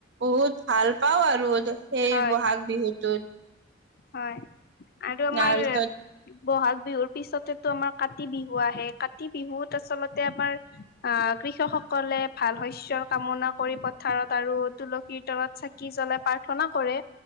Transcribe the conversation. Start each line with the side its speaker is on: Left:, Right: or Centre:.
Right: বহুত ভাল পাওঁ আৰু সেই
Left: হয়
Right: বহাগ বিহুটোত।
Left: হয় আৰু আমাৰ
Right: তাৰপিছত
Left: বহাগ বিহুৰ পিছতেতো আমাৰ কাতি বিহু আহে, কাতি বিহুত আচলতে আমাৰ আহ', কৃষকসকলে ভাল শস্যৰ কামনা কৰি পথাৰত আৰু তুলসীৰ তলত চা কি জ্বলাই প্ৰাৰ্থনা কৰে।